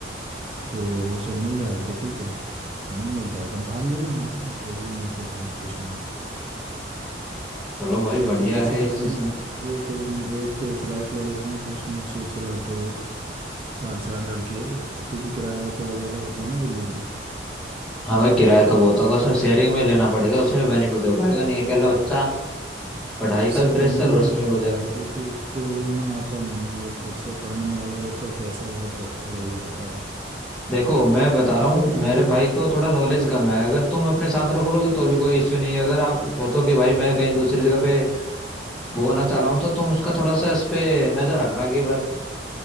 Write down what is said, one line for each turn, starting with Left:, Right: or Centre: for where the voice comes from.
Right: तो हॉस्टल मिल जाएगा तो ठीक है और नहीं मिलता है तो बाहर ले लेंगे दिल्ली में तो खैर कुछ नहीं है
Centre: चलो भाई
Right: एक
Centre: बढ़िया
Right: ऐसे
Centre: है
Right: लेते
Centre: इस चीज
Right: हैं ना
Centre: में
Right: एक रूम एक फ्लैट ले लेते हैं तो उसमें छः छः लड़के चार चार लड़के क्योंकि किराया थोड़ा ज़्यादा होता है ना दिल्ली में
Centre: हाँ भाई किराया तो बहुत होगा उसमें शेयरिंग में लेना पड़ेगा उसमें बेनिफिट हो पाएगा नहीं अकेला
Right: हाँ
Centre: बच्चा पढ़ाई का
Right: शेयरिंग
Centre: भी प्रेशर
Right: नहीं लेना
Centre: और उसमें भी
Right: पड़ता
Centre: हो जाएगा
Right: है क्योंकि फिर वो ना आता नहीं है वो बच्चे पढ़ने वाले बच्चा पैसा बहुत लग जाता है
Centre: देखो मैं बता
Right: तो
Centre: रहा हूँ
Right: शेयरिंग
Centre: मेरे भाई को थोड़ा नॉलेज कम है अगर तुम अपने साथ रख लोगे तो भी कोई इश्यू नहीं है अगर आप सोचो कि भाई मैं कहीं दूसरी जगह पे वो होना चाह रहा हूँ तो तुम उसका थोड़ा सा इस पे नजर रखना कि बस